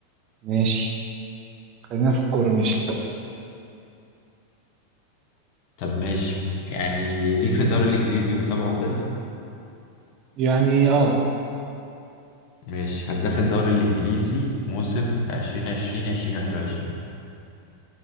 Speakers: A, on the right; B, on the left.
A: ماشي خلينا في الكورة ماشي بس
B: طب ماشي يعني ليك في الدوري الانجليزي ومتابعه كده
A: يعني اه
B: ماشي هداف الدوري الانجليزي موسم 2020 2021